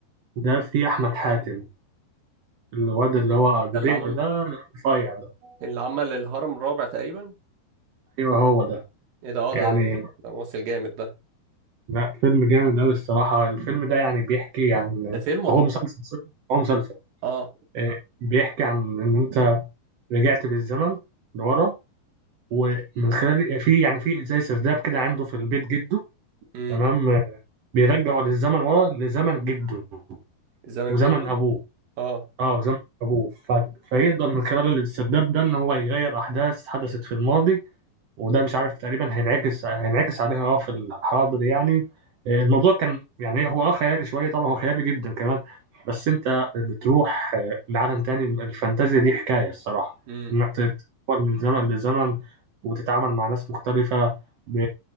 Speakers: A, on the right; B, on the right.
A: ده في أحمد حاتم الواد اللي هو أبو
B: ده اللي
A: دقن
B: عمل
A: ده رفيع ده
B: اللي عمل الهرم الرابع تقريبا
A: أيوه هو ده
B: ايه ده اه
A: يعني
B: ده ده ممثل جامد ده
A: لا فيلم جامد أوي الصراحة الفيلم ده يعني بيحكي عن
B: ده فيلم ولا
A: هو
B: مسلسل
A: مسلسل سوري. هو مسلسل
B: اه
A: آه، بيحكي عن إن أنت رجعت بالزمن لورا ومن خلال في يعني في زي سرداب كده عنده في البيت جده
B: امم
A: تمام آه، بيرجعه للزمن ورا لزمن جده
B: زمن
A: وزمن
B: جده
A: ابوه
B: اه
A: اه وزمن ابوه ف... فيقدر من خلال الاسترداد ده ان هو يغير احداث حدثت في الماضي وده مش عارف تقريبا هينعكس هينعكس عليها اه في الحاضر يعني آه، الموضوع كان يعني هو اه خيالي شويه طبعا هو خيالي جدا كمان بس انت بتروح آه، لعالم تاني الفانتازيا دي حكايه الصراحه
B: امم
A: انك تتحول من زمن لزمن وتتعامل مع ناس مختلفه ب...